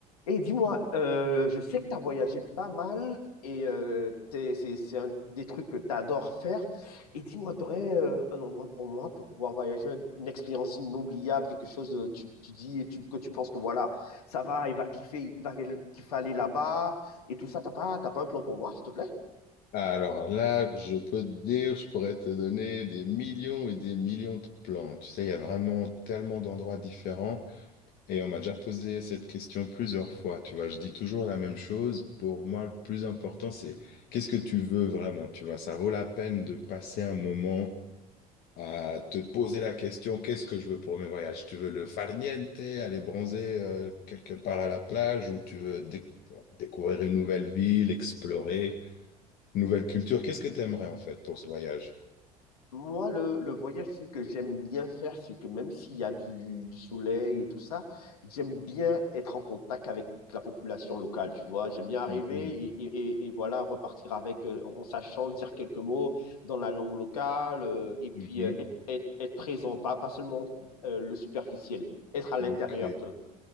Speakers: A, on the left; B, on the left.
A: Et dis-moi, euh, je sais que tu as voyagé pas mal et euh, t'es- c'est, c'est un des trucs que tu adores faire. Et dis-moi, tu aurais un endroit pour moi pour pouvoir voyager, une expérience inoubliable, quelque chose de- tu, tu dis tu- que tu penses que voilà, ça va, il va kiffer, il va kiffer aller là-bas et tout ça. T'as pas, t'as pas un plan pour moi, s'il te plaît?
B: Alors là, je peux te dire, je pourrais te donner des millions et des millions de plantes. Tu sais, il y a vraiment tellement d'endroits différents et on m'a déjà posé cette question plusieurs fois. Tu vois, je dis toujours la même chose. Pour moi, le plus important, c'est qu'est-ce que tu veux vraiment? Tu vois, ça vaut la peine de passer un moment à te poser la question, qu'est-ce que je veux pour mes voyages? Tu veux le farniente, aller bronzer euh, quelque part à la plage ou tu veux déc- découvrir une nouvelle ville, explorer? Nouvelle culture, qu'est-ce que tu aimerais en fait pour ce voyage?
A: Moi, le, le voyage, ce que j'aime bien faire, c'est que même s'il y a du, du soleil et tout ça, j'aime bien être en contact avec la population locale, tu vois. J'aime bien arriver
B: Mhm,
A: et, et- et- et voilà, repartir avec, euh, en sachant dire quelques mots dans la langue locale euh, et
B: mhm,
A: puis euh, être, être- être présent, pas, pas seulement euh, le superficiel, être à
B: ok,
A: l'intérieur de.